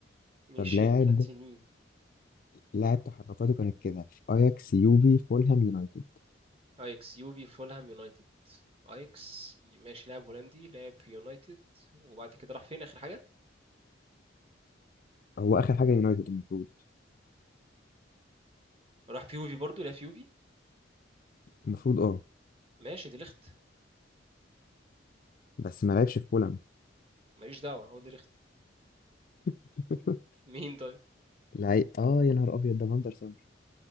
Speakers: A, on the right; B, on the left.
A: ميشيل
B: طب لاعب
A: بلاتيني
B: لاعب تحركاته كانت كده في اياكس يوفي فولهام يونايتد
A: ايكس يوفي فولهام يونايتد ايكس ماشي لاعب هولندي لاعب في يونايتد وبعد كده راح فين اخر حاجه
B: هو اخر حاجه يونايتد المفروض
A: راح في يوفي برضو لعب في يوفي
B: المفروض اه
A: ماشي دي ليخت
B: بس ما لعبش في فولهام
A: ماليش دعوه هو دي ليخت
B: <laughs>
A: <laughs> مين طيب
B: لعيب اه يا نهار ابيض ده فاندرسون